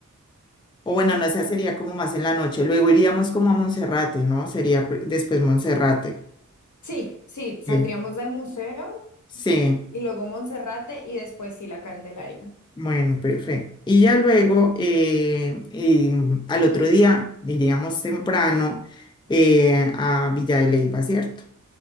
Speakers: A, on the left; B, on the left.
A: o bueno, no sé, sería como más en la noche, luego iríamos como a Monserrate, ¿no? Sería pr- después Monserrate.
B: Sí, sí, saldríamos
A: Bien.
B: del museo
A: Sí,
B: y luego Monserrate y después sí la Candelaria.
A: bueno, perfecto. Y ya luego, eh, y al otro día, iríamos temprano eh, a Villa de Leyva, ¿cierto?